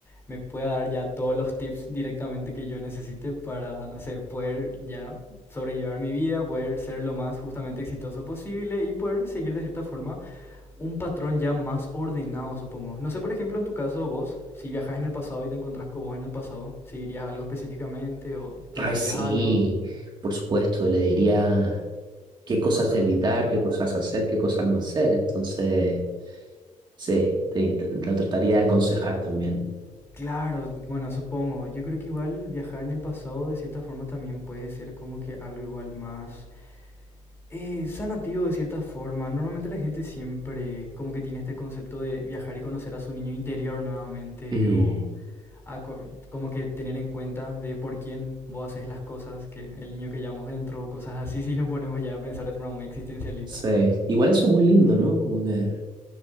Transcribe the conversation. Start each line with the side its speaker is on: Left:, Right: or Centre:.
Left: me pueda dar ya todos los tips directamente que yo necesite para, no sé, poder ya sobrellevar mi vida, poder ser lo más justamente exitoso posible y poder seguir de cierta forma un patrón ya más ordenado, supongo. No sé, por ejemplo, en tu caso, vos, si viajas en el pasado y te encontrás con vos en el pasado, ¿seguirías algo específicamente o le preguntarías
Right: Ay, sí,
Left: algo?
Right: por supuesto, le diría qué cosas evitar, qué cosas hacer, qué cosas no hacer. Entonces, sí, te, te- lo trataría de aconsejar también.
Left: Claro, bueno, supongo. Yo creo que igual viajar en el pasado de cierta forma también puede ser como que algo igual más eh, sanativo de cierta forma. Normalmente la gente siempre como que tiene este concepto de viajar y conocer a su niño interior nuevamente
Right: Mm,
Left: o a co- como que tener en cuenta de por quién vos haces las cosas, que el niño que llevamos dentro o cosas así, <laughs> si nos ponemos ya a pensar de forma muy existencialista.
Right: sí, igual eso es muy lindo, ¿no? Como que